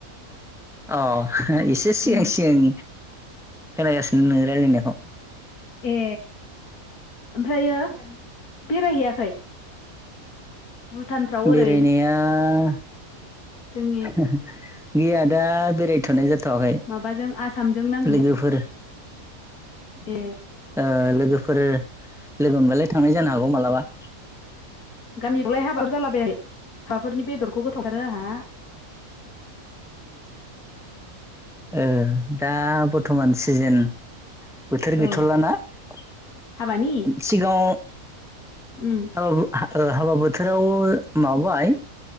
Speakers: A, in the centre; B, on the left.
A: अ एसे सिगां
B: उम
A: सिगां खोनागासिनो नोंनि रायलायनायखौ
B: ए ओमफ्रायो बेरायहैयाखै भुटानफ्राव
A: बेरायनाया
B: ओरै जोंनि
A: गैया दा बेरायथ'नाय जा थवाखै
B: माबाजों आसामजों नांनानै
A: लोगोफोर
B: ए
A: ओ लोगोफोर लोगो मोनबालाय थांनाय जानो हागौ मालाबा
B: गामिआवलाय हाबाफोर जालाबायाखै हाबाफोरनि बेदरखौ गोथाव मोनथारो आंहा
A: ओ दा बर्थ'मान सिजोन बोथोर
B: औ
A: गैथ'लाना सिगाङाव
B: हाबानि उम
A: हाबाबो हा हाबा बोथोराव माबाबाय